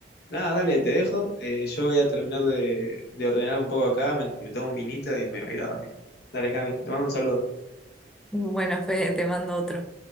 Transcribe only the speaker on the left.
nada, dale, te dejo. Eh, yo voy a terminar de, de ordenar un poco acá, me, me tomo un minito y me voy a ir a dormir. Dale, Cami, te mando un saludo.